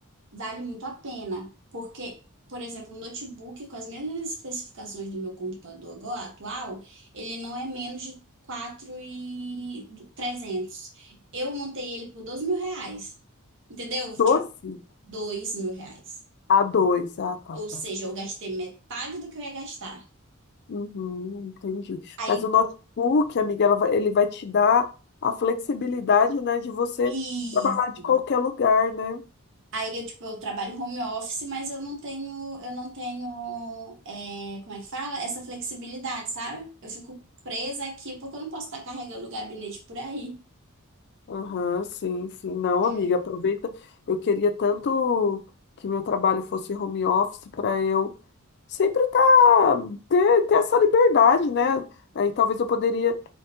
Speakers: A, on the right; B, on the left.
A: vale muito a pena. Porque, por exemplo, um notebook com as mesmas especificações do meu computador agora, atual, ele não é menos de quatro mil e trezentos Eu montei ele por 12 mil reais. Entendeu?
B: Doze
A: Tipo, dois mil reais.
B: a dois, Ah, tá,
A: Ou
B: tá.
A: seja, eu gastei metade do que eu ia gastar.
B: Uhum, entendi.
A: Aí,
B: Mas o notebook, amiga, ela vai- ele vai te dar a flexibilidade, né, de você
A: isso.
B: trabalhar de qualquer lugar, né?
A: Aí eu, tipo, eu trabalho home office, mas eu não tenho, eu não tenho, é, como é que fala? Essa flexibilidade, sabe? Eu fico presa aqui porque eu não posso estar carregando o gabinete por aí.
B: Aham, sim, sim. Não,
A: É,
B: amiga, aproveita. Eu queria tanto que meu trabalho fosse home office para eu sempre tá, ter, ter essa liberdade, né? Aí talvez eu poderia.